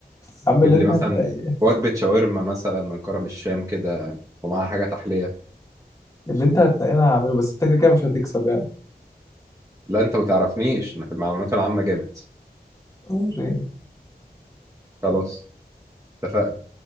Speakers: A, on the left; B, on the right.
A: يا عم
B: جيب
A: اللي انت
B: لي مثلا
A: هتنقيه
B: وجبة شاورما مثلا من كرم الشام كده ومعاها حاجة تحلية
A: اللي انت هتنقيه انا هعمله بس انت كده كده مش هتكسب يعني
B: لا انت ما تعرفنيش انا في المعلومات العامة جامد
A: وريني
B: خلاص اتفقنا